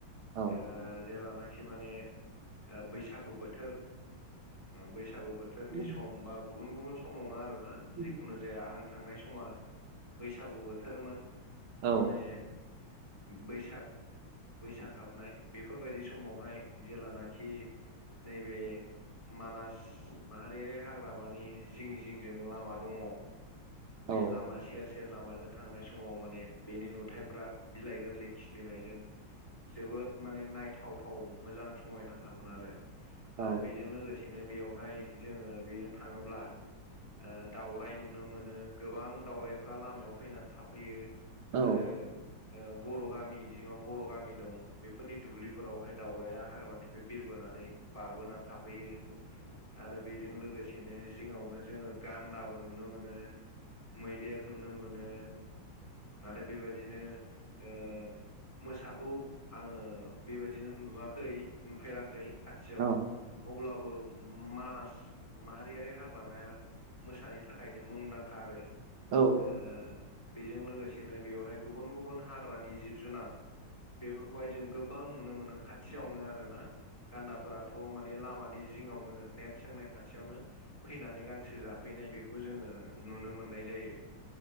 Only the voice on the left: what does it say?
ओ जेलानाखि माने ओ बैसागु बोथोर ओ बैसागु बोथोरनि
सम बा गुबुन गुबुन समावनो आरो। बा
जिखुनु जाया आं थांनाय समा बैसागु बोथोरमोन।
माने बैसाग बैसाग हाबनाय बेफोरबायदि सम समावहाय जेलानाखि नैबे मानास माहारियारि हाग्रामानि जिं जिंजों लामा दङ। बे
लामा सेर सेर लामाजों थांनाय समाव माने बेनि नुथायाइफ्रा बिलाइ गोरलै खिलिनायजों जोबोद माने नायथावथाव मोजां समायनाथारमोन आरो
आरो बेजों लोगोसे बिनो बेयावहाय जोङो बेजों थाङोब्ला ओ दावराय नुनो मोनो ।गोबां दाावरायफ्रा लामायाव फैनानै थाफैयो।
आरो ओ बर' गामि जिङाव बर' गामि दं बेफोरनि दुब्लिफोरावहाय दावराया हाग्रानिफ्राय बिरबोनानै बारबोनानै थाफैयो आरो बेजों लोगोसेनो जिङावनो जोङो गान्दाबो नुनो मोनो मैदेर नुनो मोनो आरो बेबायदिनो ओ मोसाखौ आङो बेबायदि नो नुवाखै नुफेराखै खाथियाव
अब्लाबो मानास माहारियारि हाग्रामाया मोसानि थाखायनो मुंदांखा आरो
ओ बेजों लोगोसेनो बेवहाय गुबुन गुबुन हाग्रानि जिब जुनार बेफोरखौहाय जों गोबां नुनो मोनो खाथियावनो आरोना गान्दाफोराथ' माने लामा जिंआवनो नेट सोंनाय खाथियावनो फैनानै गांसो जाफैनाय बेखौ जोङो नुनो मोन नाय जायो